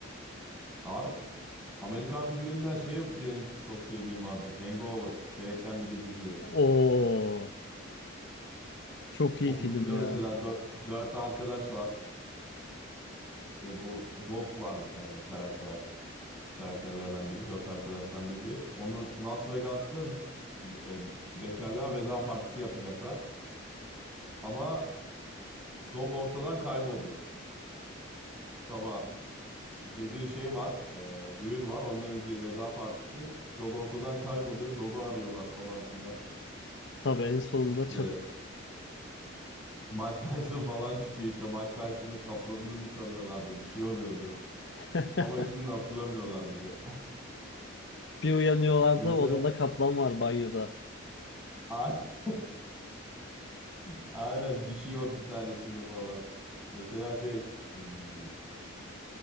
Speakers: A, in the centre; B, on the left.
A: Abi Amerikan filmlerinden şey benim çok sevdiğim vardır. Hangover, Felekten Bir Gece diye.
B: Oo çok iyi
A: O filmde
B: film ya.
A: mesela dört, dört arkadaş var. İşte bu Dog var bir tane karakter. karakterlerden biri. Dört arkadaştan biri. Onu Las Vegas'ta e, bekarlığa veda partisi yapacaklar. Ama Dog ortadan kayboluyor. Sabah gece şey var, e, düğün var. Ondan önce veda partisi. Dog ortadan kayboluyor. Dog'u arıyorlar falan filan.
B: Tabii en sonunda
A: İşte
B: çat.
A: Mike Tyson falan çıkıyor işte. Mike Tyson'ın kaplanını mı çalıyorlardı? Bir şey oluyordu.
B: <laughs>
A: Ama hiçbirini hatırlamıyorlar bir de.
B: Bir uyanıyorlardı
A: <laughs> Mesela
B: odada kaplan var banyoda.
A: <laughs> Aynen dişi yok bir tanesini falan. Mesela şey hmm,